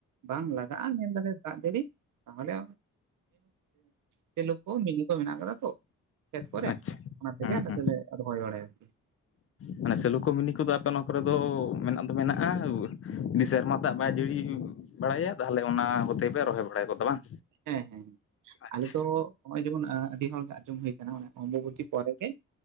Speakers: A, on the right; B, on the left.
A: ᱵᱟᱝ ᱞᱟᱜᱟᱜᱼᱟ ᱧᱮᱞ ᱫᱟᱞᱮ ᱫᱟᱜ ᱡᱟᱹᱲᱤ ᱛᱟᱦᱚᱞᱮ ᱥᱮᱞᱩ ᱠᱚ ᱢᱤᱱᱤ ᱠᱚ ᱢᱮᱱᱟᱜ ᱠᱟᱫᱟ ᱛᱚ᱾ ᱠᱷᱮᱛ
B: ᱟᱪᱪᱷᱟ
A: ᱠᱚᱨᱮ ᱚᱱᱟ ᱛᱮᱜᱮ
B: ᱦᱮᱸ
A: ᱟᱞᱮ
B: ᱦᱮᱸ
A: ᱫᱚᱞᱮ ᱨᱚᱦᱚᱭ ᱵᱟᱲᱟᱭᱟ ᱟᱨᱠᱤ᱾
B: ᱢᱟᱱᱮ ᱥᱮᱞᱩ ᱠᱚ ᱢᱤᱱᱤ ᱠᱚᱫᱚ ᱟᱯᱮ ᱱᱚᱣᱟ ᱠᱚᱨᱮ ᱫᱚ ᱢᱮᱱᱟᱜ ᱢᱮᱱᱟᱜᱼᱟ ᱤ ᱥᱮᱨᱢᱟ ᱫᱟᱜ ᱵᱟᱭ ᱡᱟᱹᱲᱤ ᱵᱟᱲᱟᱭᱟ ᱛᱟᱦᱚᱞᱮ ᱚᱱᱟ ᱦᱚᱛᱮ ᱯᱮ ᱨᱚᱦᱚᱭ ᱵᱟᱲᱟᱭᱟ ᱠᱚᱫᱚ ᱵᱟᱝ?
A: ᱦᱮᱸ ᱦᱮᱸ
B: ᱟᱪᱪᱷᱟ
A: ᱟᱞᱮ ᱫᱚ ᱱᱚᱭ ᱡᱮᱢᱚᱱ ᱟᱹᱰᱤ ᱦᱚᱲ ᱟᱸᱡᱚᱢ ᱦᱩᱭ ᱚᱢᱵᱚᱵᱚᱛᱤ ᱯᱚᱨᱮ ᱜᱮ